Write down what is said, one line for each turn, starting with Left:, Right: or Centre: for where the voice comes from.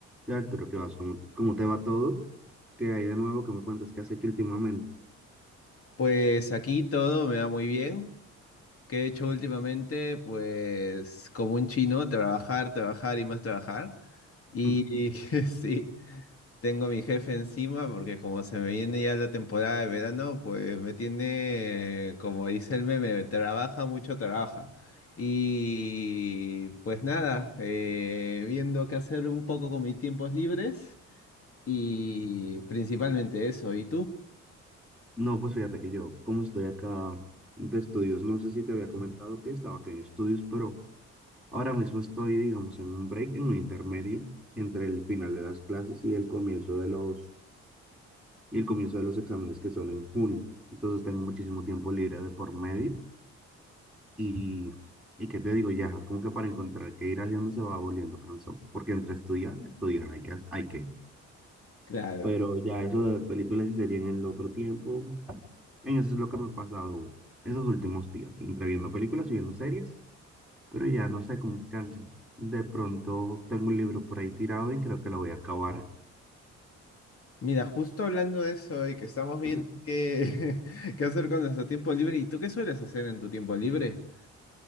Centre: Y Arturo, ¿qué vas? ¿Cómo, cómo te va todo? ¿Qué hay de nuevo? ¿Qué me cuentas? ¿Qué has hecho últimamente?
Left: Pues aquí todo me va muy bien. ¿Qué he hecho últimamente? Pues como un chino, trabajar, trabajar y más trabajar. Y
Centre: Ah,
Left: <laughs> sí, tengo a mi jefe encima porque como se me viene ya la temporada de verano, pues me tiene, como dice el meme, trabaja mucho, trabaja. Y pues nada, eh, viendo qué hacer un poco con mis tiempos libres y principalmente eso. ¿Y tú?
Centre: No, pues fíjate que yo, como estoy acá de estudios, no sé si te había comentado que estaba acá en estudios, pero ahora mismo estoy, digamos, en un break, en un intermedio entre el final de las clases y el comienzo de los, y el comienzo de los exámenes que son en junio. Entonces tengo muchísimo tiempo libre de por medio y, y qué te digo, ya, como que para encontrar qué ir haciendo se va volviendo cansón, porque entre estudiar, estudiar, hay que, hay que.
Left: Claro.
Centre: Pero ya eso de películas y series en el otro tiempo, en eso es lo que me ha pasado esos últimos días, entre viendo películas y viendo series, pero ya no sé cómo que canso. De pronto tengo un libro por ahí tirado y creo que lo voy a acabar.
Left: Mira, justo hablando de eso y que estamos viendo
Centre: <clears throat>
Left: qué, <laughs> qué hacer con nuestro tiempo libre, ¿y tú qué sueles hacer en tu tiempo libre?